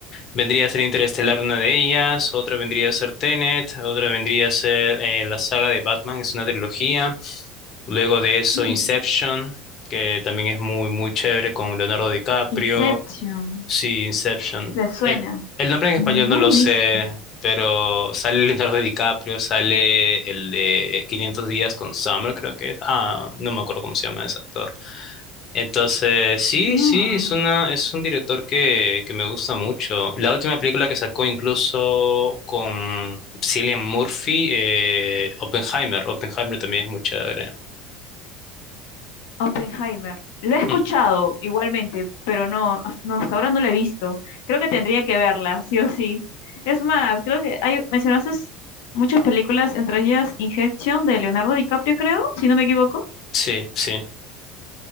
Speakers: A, on the left; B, on the left.
A: Vendría a ser Interestelar una de ellas, otra vendría a ser Tenet, otra vendría a ser eh, la saga de Batman, es una trilogía. Luego de eso
B: Mm,
A: Inception, que también es muy, muy chévere con Leonardo DiCaprio.
B: Inception,
A: Sí, Inception.
B: ¿te suena?
A: El, el nombre en
B: No
A: español no lo
B: la he
A: sé,
B: visto.
A: pero sale Leonardo DiCaprio, sale el de 500 días con Summer, creo que es. Ah, no me acuerdo cómo se llama ese actor. Entonces, sí,
B: Ah.
A: sí, es una, es un director que, que me gusta mucho. La última película que sacó incluso con Cillian Murphy, eh, Oppenheimer. Oppenheimer también es muy chévere.
B: Oppenheimer. Lo he escuchado
A: Mm,
B: igualmente, pero no, as- no, hasta ahora no lo he visto. Creo que tendría que verla, sí o sí. Es más, creo que hay, mencionaste muchas películas, entre ellas Injection de Leonardo DiCaprio, creo, si no me equivoco.
A: Sí, sí.